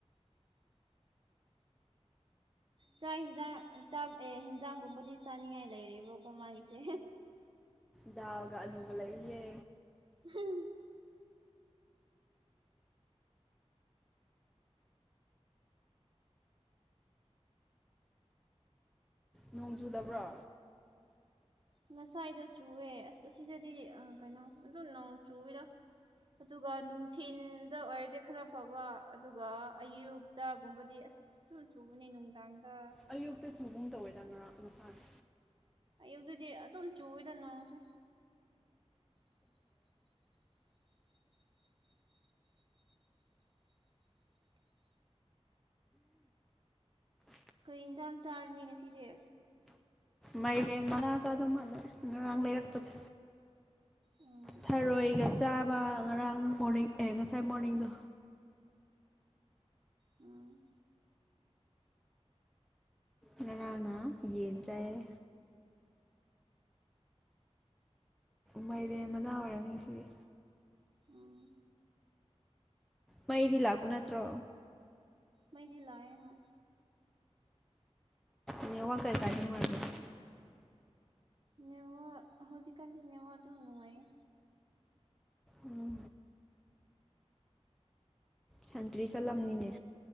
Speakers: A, on the right; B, in the centre.
A: ꯆꯥꯛ ꯍꯦꯟꯖꯥꯡ ꯆꯥꯛ ꯑꯦ ꯍꯦꯟꯖꯥꯡꯒꯨꯝꯕꯗꯤ ꯆꯥꯅꯤꯡꯉꯥꯏ ꯂꯩꯔꯤꯕ꯭ꯔꯣꯀꯣ ꯃꯥꯒꯤꯁꯦ
B: ꯗꯥꯜꯒ ꯑꯂꯨꯒ ꯂꯩꯌꯦ
A: ꯍꯨꯝ
B: ꯅꯣꯡ ꯆꯨꯗꯕ꯭ꯔꯣ
A: ꯉꯁꯥꯏꯗꯣ ꯆꯨꯑꯦ ꯑꯁ ꯑꯁꯤꯗꯗꯤ ꯑ ꯀꯩꯅꯣ ꯑꯗꯨꯝ ꯅꯣꯡ ꯆꯨꯏꯑꯦꯗ ꯑꯗꯨꯒ ꯅꯨꯡꯊꯤꯟꯗ ꯑꯣꯏꯔꯗꯤ ꯈꯔ ꯐꯕ ꯑꯗꯨꯒ ꯑꯌꯨꯛꯇꯒꯨꯝꯕꯗꯤ ꯑꯁ ꯑꯁ ꯇꯨꯝ ꯆꯨꯕꯅꯦ ꯅꯨꯡꯗꯥꯡꯗ
B: ꯑꯌꯨꯛꯇ ꯆꯨꯒꯨꯝ ꯇꯧꯋꯦꯗ ꯉꯔꯥꯛ ꯉꯁꯥꯥꯏ
A: ꯑꯌꯨꯛꯇꯗꯤ ꯑꯗꯨꯝ ꯆꯨꯑꯦꯗ ꯅꯣꯡꯁꯦ <inaudible> <inaudible> ꯀꯩ ꯍꯦꯟꯖꯥꯡ ꯆꯥꯔꯅꯤ ꯉꯁꯤꯗꯤ
B: ꯃꯥꯏꯔꯦꯟ ꯃꯅꯥ ꯆꯥꯗꯧ ꯃꯥꯜꯂꯦ ꯉꯔꯥꯡ ꯂꯩꯔꯛꯄꯗꯣ
A: ꯎꯝ
B: ꯊꯔꯣꯏꯒ ꯆꯥꯕ ꯉꯔꯥꯡ ꯃꯣꯔꯅꯤꯡ ꯑꯦ ꯉꯁꯥꯏ ꯃꯣꯔꯅꯤꯡꯗꯣ
A: ꯎꯝ
B: ꯉꯔꯥꯡꯅ ꯌꯦꯟ ꯆꯥꯏꯌꯦ ꯃꯥꯏꯔꯦꯟ ꯃꯅꯥ ꯑꯣꯏꯔꯅꯤ ꯉꯁꯤꯒꯤ
A: ꯎꯝ
B: ꯃꯩꯗꯤ ꯂꯥꯛꯄ ꯅꯠꯇ꯭ꯔꯣ
A: ꯃꯩꯗꯤ ꯂꯥꯛꯑ ꯍꯣꯏ
B: ꯅꯦꯠꯋꯥꯛ ꯀꯩꯀꯥꯗꯤ ꯅꯨꯉꯥꯏꯕꯔꯣ
A: ꯅꯦꯋꯥꯛ ꯍꯧꯖꯤꯛꯀꯥꯟꯗꯤ ꯅꯦꯋꯥꯛ ꯑꯗꯨꯝ ꯅꯨꯉꯥꯏꯌꯦ
B: ꯎꯝ ꯁꯟꯇ꯭ꯔꯤ ꯆꯠꯂꯝꯅꯤꯅꯦ